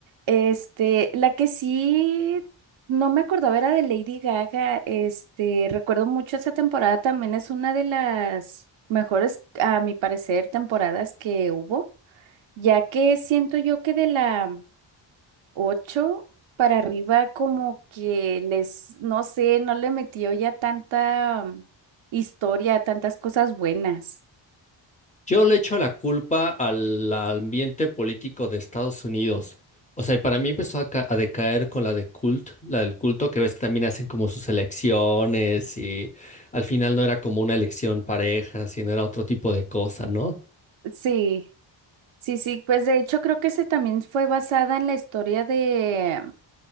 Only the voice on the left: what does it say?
Yo le echo la culpa al ambiente político de Estados Unidos. O sea, y para mí empezó a, ca- a decaer con la de cult, la del culto, que ves que también hacen como sus elecciones y al final no era como una elección pareja, sino era otro tipo de cosa, ¿no?